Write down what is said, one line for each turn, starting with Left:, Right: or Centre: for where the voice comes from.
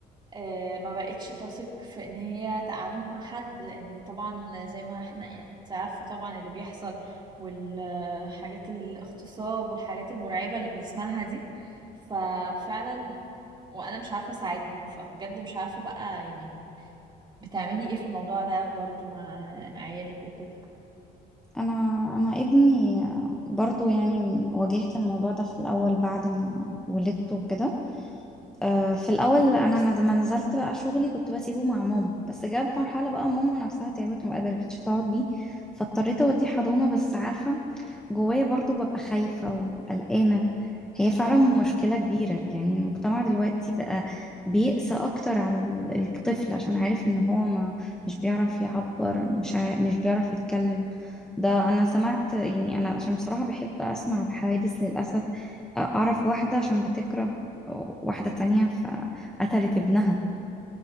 Right: آه، ما بقتش تثق في ان هي تقعدهم مع حد لان طبعا زي ما احنا يعني انت عارفه طبعا اللي بيحصل والحاجات الاغتصاب والحاجات المرعبه اللي بنسمعها دي ففعلا وانا مش عارفه اساعدها فبجد مش عارفه بقى يعني بتعملي ايه في الموضوع ده برضو مع عيالك وكده
Centre: انا انا ابني برضو يعني واجهت الموضوع ده في الاول بعد ما ولدته كده آه، في الأول أنا أنا لما نزلت بقى شغلي كنت بسيبه مع ماما بس جت مرحلة بقى ماما نفسها تعبت ما قدرتش تقعد بيه فاضطريت أوديه حضانة بس عارفة جوايا برضو ببقى خايفة وقلقانة هي فعلا
Right: طبعا
Centre: مشكلة كبيرة يعني المجتمع دلوقتي بقى بيقسى أكتر على ال- الطفل عشان عارف إن هو ما مش بيعرف يعبر مش عا... مش بيعرف يتكلم ده أنا سمعت يعني أنا عشان بصراحة بحب أسمع الحوادث للأسف أعرف واحدة عشان بتكره واحدة تانية فقتلت ابنها